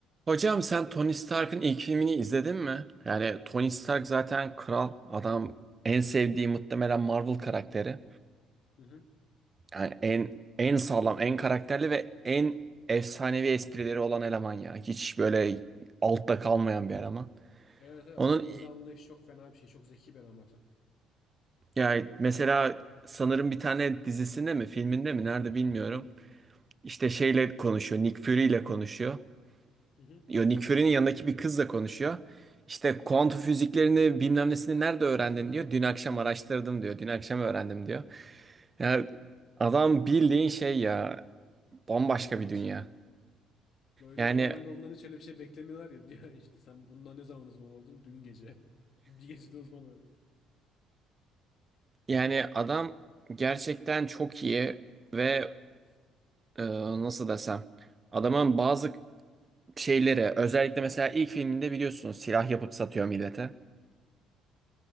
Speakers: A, on the right; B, on the left.
A: Hocam sen Tony Stark'ın ilk filmini izledin mi? Yani Tony Stark zaten kral adam en sevdiği muhtemelen Marvel karakteri.
B: Hı hı.
A: Yani en en sağlam, en karakterli ve en efsanevi esprileri olan eleman ya. Hiç böyle altta kalmayan bir eleman.
B: Evet, evet
A: Onun
B: adamın mizah anlayışı çok fena bir şey. Çok zeki bir adam zaten.
A: yani mesela sanırım bir tane dizisinde mi, filminde mi nerede bilmiyorum. İşte şeyle konuşuyor, Nick Fury ile konuşuyor.
B: Hı hı.
A: Yo, Nick Fury'nin yanındaki bir kızla konuşuyor. İşte kuantum füziklerini bilmem nesini nerede öğrendin
B: <laughs>
A: diyor. Dün akşam araştırdım diyor. Dün akşam öğrendim diyor. Ya adam bildiğin şey ya bambaşka
B: Çok manyak
A: bir dünya.
B: işler yani. Böyle
A: Yani
B: normalde ondan hiç öyle bir şey beklemiyorlar ya. <laughs> Diyor işte sen bundan ne zaman uzman oldun? Dün gece. <laughs> Bir gecede uzman oldun.
A: yani adam gerçekten çok iyi ve e, nasıl desem adamın bazı şeyleri özellikle mesela ilk filminde biliyorsunuz silah yapıp satıyor millete.